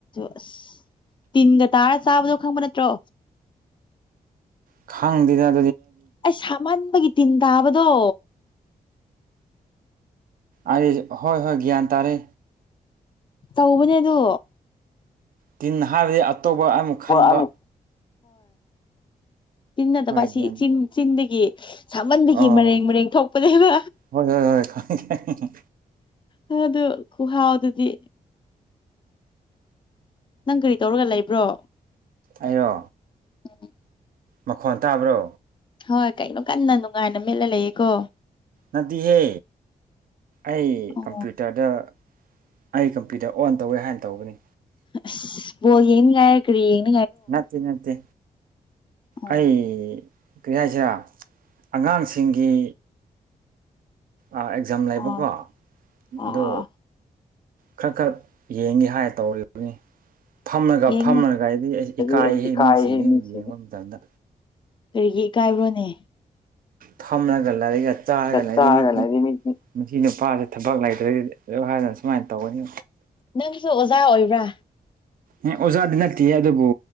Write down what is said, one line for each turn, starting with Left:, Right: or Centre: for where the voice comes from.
Left: ꯑ ꯇꯤꯟꯒ ꯇꯥꯔ ꯆꯥꯕꯗꯣ ꯈꯪꯕ ꯅꯠꯇ꯭ꯔꯣ
Right: ꯈꯥꯡꯗꯗ
Left: ꯑꯩ ꯁꯥꯝꯍꯟꯕꯒꯤ ꯇꯤꯟ ꯇꯥꯕꯗꯣ
Right: ꯑ ꯍꯣꯏ ꯍꯣꯏ ꯒ꯭ꯌꯥꯟ ꯇꯥꯔꯦ
Left: ꯇꯧꯕꯅꯦꯗꯣ
Right: ꯇꯤꯟ ꯍꯥꯏꯕꯗꯤ ꯑꯇꯣꯞꯄ ꯑꯃꯨꯛ ꯈꯟꯕ
Left: ꯑꯃꯨꯛ ꯆꯤꯟꯅꯗꯕ
Right: ꯍꯣꯏ
Left: ꯑꯁꯤ
Right: ꯒ꯭ꯌꯥꯟ
Left: ꯆ ꯆꯤꯟꯗꯒꯤ ꯁꯥꯃꯟꯒꯤ
Right: ꯑꯣ
Left: ꯃꯔꯦꯡ ꯃꯔꯦꯡ ꯊꯣꯛꯄꯅꯦꯕ
Right: ꯍꯣꯏ ꯍꯣꯏ ꯍꯣꯏ ꯈꯪꯉꯦ ꯈꯪꯉꯦ
Left: ꯑ ꯑꯗꯨ ꯈꯨꯨꯍꯥꯥꯎ ꯑꯗꯨꯗꯤ ꯅꯪ ꯀꯔꯤ ꯇꯧꯔꯒ ꯂꯩꯕ꯭ꯔꯣ
Right: ꯑꯣ
Left: ꯎꯝ
Right: ꯃꯈꯣꯟ ꯇꯥꯕ꯭ꯔꯣ
Left: ꯍꯣꯏ ꯀꯩꯅꯣ ꯀꯟꯅ ꯅꯨꯡꯉꯥꯏꯅ ꯃꯦꯠꯂ ꯂꯩꯌꯦꯀꯣ
Right: ꯅꯗꯤꯍꯦ ꯑꯩ
Left: ꯑꯣ
Right: ꯀꯝꯄ꯭ꯌꯨꯇꯔꯗ ꯑꯩ ꯀꯝꯄ꯭ꯌꯨꯇꯔ ꯑꯣꯟ ꯇꯧꯋꯦ ꯍꯥꯏꯅ ꯇꯧꯕꯅꯤ
Left: ꯑ ꯣꯟ ꯥꯏ ꯀꯔꯤꯟ
Right: ꯅꯠꯇꯦ ꯅꯠꯇꯦ
Left: ꯑꯣ
Right: ꯑꯩ ꯀꯔꯤ ꯍꯥꯏꯁꯤꯦ ꯑꯉꯥꯡꯁꯤꯡꯒꯤ ꯑꯦꯛꯖꯥꯝ ꯂꯩꯕꯀꯣ
Left: ꯑꯣ ꯑꯣ
Right: ꯑꯗꯣ
Left: ꯑꯣ
Right: ꯈꯔ ꯈꯔ ꯌꯦꯡꯒꯦ ꯍꯥꯏꯔ ꯇꯧꯕꯅꯤ ꯐꯝꯃꯒ
Left: ꯌꯦꯡꯉꯣ
Right: ꯐꯝꯃꯒ ꯑꯩꯗꯤ ꯑꯩꯁ ꯏꯀꯥꯏꯍꯦ
Left: ꯗꯤ ꯑꯩ
Right: ꯃꯤꯁꯤꯡꯤꯡꯍꯦ
Left: ꯃꯤꯁꯤꯡꯁꯦ
Right: ꯌꯦꯡꯕ ꯃꯇꯝꯗ
Left: ꯀꯔꯤꯒꯤ ꯏꯀꯥꯏꯕ꯭ꯔꯣꯅꯦ
Right: ꯊꯃꯅ ꯀꯂꯔꯤꯒ ꯆꯥ
Left: ꯆꯥꯛ
Right: ꯂ
Left: ꯆꯥꯔꯒ
Right: ꯃꯤ
Left: ꯂꯩꯔꯤ ꯃꯤꯗꯤ
Right: ꯅꯨꯁꯤ ꯅꯨꯄꯥꯁꯦ ꯊꯕꯛ ꯂꯩꯇ꯭ꯔꯗꯤ ꯍꯥꯏꯗꯅ ꯁꯨꯃꯥꯏꯅ ꯇꯧꯒꯅꯤ
Left: ꯅꯪꯁꯨ ꯑꯣꯖꯥ ꯑꯣꯏꯕ꯭ꯔꯥ
Right: ꯑꯦ ꯑꯣꯖꯥꯗꯤ ꯅꯠꯇꯦ ꯑꯗꯨꯕꯨ